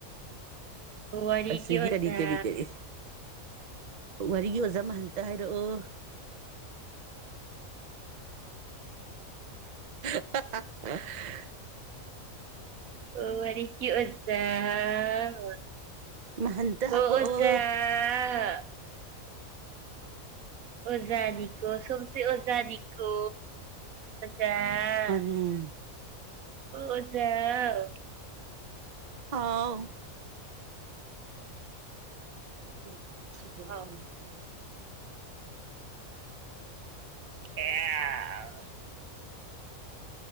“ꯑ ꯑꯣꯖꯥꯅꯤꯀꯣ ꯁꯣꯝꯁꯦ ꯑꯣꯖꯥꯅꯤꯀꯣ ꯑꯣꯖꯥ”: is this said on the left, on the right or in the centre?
Right